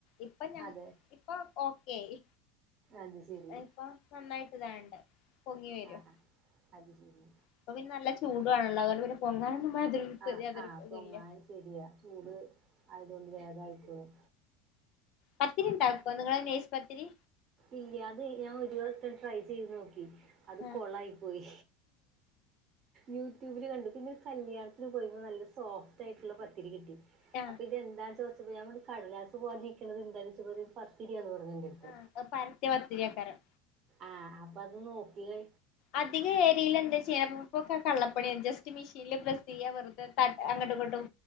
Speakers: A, on the left; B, on the right.
A: ഇപ്പം ഞങ്ങ
B: അതെ
A: ഇപ്പൊ ഓക്കെ ആയി
B: അത് ശരി
A: അഹ് ഇപ്പൊ നന്നായിട്ട് ഇതാവ്ണ്ട്. പൊങ്ങി വരും
B: ആഹ് അത് ശരി
A: ഇപ്പൊ പിന്നെ നല്ല ചൂടു ആണല്ലോ അതോണ്ട് പിന്നെ പൊങ്ങാനൊന്നും വ <unintelligible>
B: ആഹ്
A: യാതൊരു
B: ആഹ്
A: ഇപ്പോ
B: പൊങ്ങാൻ
A: ഇതില്ല.
B: ശരിയാ ചൂട് ആയത്കൊണ്ട് വേഗായിക്കോളും.
A: പത്തിരി ഉണ്ടാക്കുവോ നിങ്ങള് നേസ് പത്തിരി?
B: ഇല്ല അത് ഞാൻ ഒരു പ്രാവശ്യം ട്രൈ ചെയ്ത് നോക്കി. അത്
A: ആഹ്
B: കൊളായി പോയി. യൂട്യൂബില് കണ്ടു പിന്നെ ഒരു കല്യാണത്തിന് പോയ്പ നല്ല സോഫ്റ്റ് ആയിട്ടുള്ള പത്തിരി കിട്ടി.
A: ആഹ്
B: അപ്പൊ ഇതെന്താന്ന് ചോദിച്ചപ്പോ ഞാമ്പറഞ്ഞു കടലാസ് പോലെ ഇരിക്കുന്നത് എന്താന്ന് ചോയ്ച്ചപ്പോ പത്തിരിയാന്ന് പറഞ്ഞു എന്റടുത്ത്.
A: ആഹ് പരത്തിയ പത്തിരിയാക്കാരം.
B: ആഹ് അപ്പത് നോക്കീലേ
A: അധികം ഏരിയൽ എന്താ ചെയ്യ ഇപ്പൊക്കെ കള്ളപ്പണിയ ജസ്റ്റ് മിഷീനിൽ പ്രെസ് ചെയ്യ വെറുത ഒക്കെ അങ്ങട്ടു ഇങ്ങട്ടും.